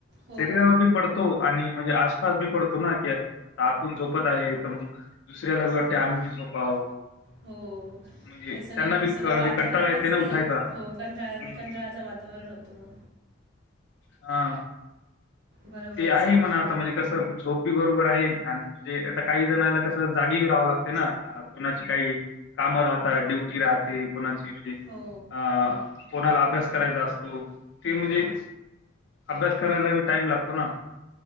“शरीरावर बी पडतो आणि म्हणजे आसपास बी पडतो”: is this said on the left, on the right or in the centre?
Left